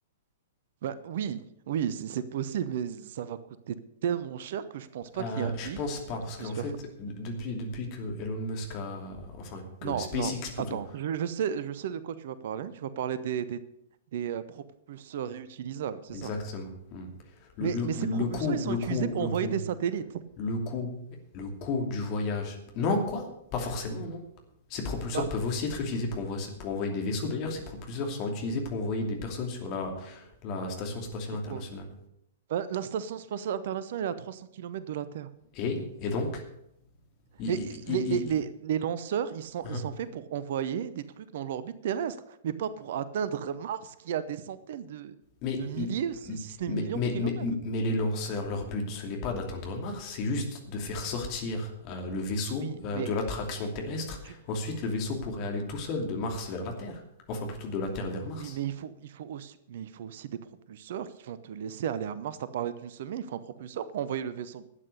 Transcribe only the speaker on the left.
Euh,
je
pense
pas, parce
qu'en
fait,
depuis, depuis que Elon Musk a. Enfin, que
SpaceX
plutôt,
exactement.
Hmm. Le,
le,
le
coût,
le
coût,
le
coût
le coût, le coût du voyage. Non, quoi Pas forcément, non. Ces propulseurs
peuvent aussi être utilisés pour, envo- pour envoyer des vaisseaux. D'ailleurs, ces propulseurs sont utilisés pour envoyer des personnes sur la, la station spatiale
internationale.
Et, et donc I-
i-
i-
i-
hein
mais,
mais,
mais,
mais, mais les lanceurs, leur but, ce n'est pas d'atteindre Mars, c'est juste de faire sortir euh, le vaisseau
euh,
de l'attraction terrestre.
Ensuite, le vaisseau pourrait aller tout seul de Mars vers la Terre. Enfin, plutôt de la Terre vers Mars.